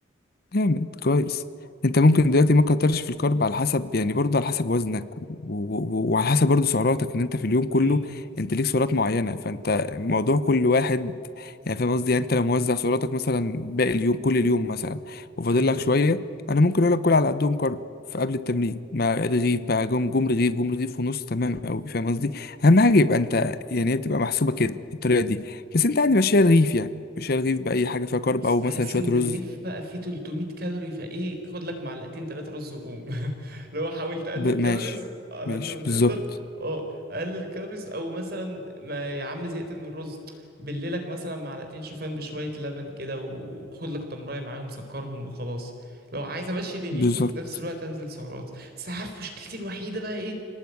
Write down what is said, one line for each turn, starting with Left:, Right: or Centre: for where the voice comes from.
Left: جامد كويس انت ممكن دلوقتي ما تكترش في الكارب على حسب يعني برضه على حسب وزنك و- و- وعلى حسب برضه سعراتك ان انت في اليوم كله
Right: امم
Left: انت ليك سعرات معينه فانت موضوع كل واحد يعني فاهم قصدي يعني انت لو موزع سعراتك مثلا باقي اليوم كل اليوم مثلا وفاضل
Right: ايوه
Left: لك شويه انا ممكن اقول لك كل على قدهم كارب فقبل التمرين مع رغيف بقى جم جم رغيف جم رغيف ونص تمام قوي فاهم قصدي اهم حاجه يبقى انت يعني هي بتبقى محسوبه كده بالطريقه دي بس انت عادي ماشيها رغيف يعني ماشيها رغيف باي حاجه فيها كارب
Right: بس
Left: او
Right: بحس
Left: مثلا شويه
Right: ان
Left: رز
Right: الرغيف بقى فيه 300 كالوري فايه خد لك معلقتين تلاتة رز وقوم <laughs> لو حاول تقلل
Left: ب...
Right: الكالوريز
Left: ماشي
Right: على
Left: ماشي
Right: قد ما تقدر
Left: بالظبط
Right: اه قلل الكالوريز او مثلا ما يا عم زهقت من الرز بليلك مثلا معلقتين شوفان بشوية لبن كده وخد لك تمراية معاهم سكرهم وخلاص لو عايز امشي دنيتي
Left: بالظبط
Right: وفي نفس الوقت انزل سعرات بس عارف مشكلتي الوحيدة بقى ايه